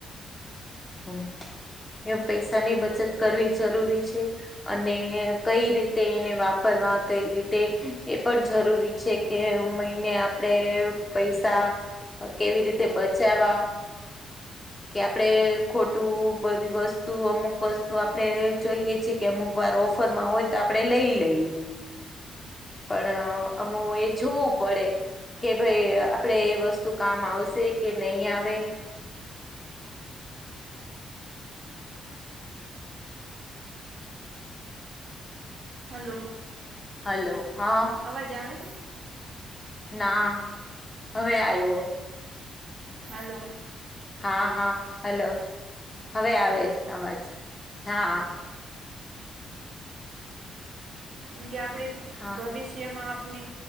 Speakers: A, on the left (about 20°); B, on the right (about 55°).
A: હમ એમ પૈસાની બચત કરવી જરૂરી છે અને કઈ રીતે એને વાપરવા કઈ રીતે એ પણ જરૂરી છે કે મહિને આપડે પૈસા કેવી રીતે બચાવા કે આપડે ખોટું બધી વસ્તુ અમુક વસ્તુ આપડે જોઈએ છે કે અમુક વાર ઓફરમાં હોય તો આપડે લઈ લઈએ પણ અમુ એ જોવું પડે કે ભાઈ આપડે એ વસ્તુ કામ આવશે કે નહી આવે
B: હલો
A: હલો હા
B: અવાજ આવે છે
A: ના હવે આયવો
B: હલો
A: હા હા હલો હવે આવે છે અવાજ હા
B: કેમ કે આપડી
A: હા
B: ભવિષ્યમાં આપણી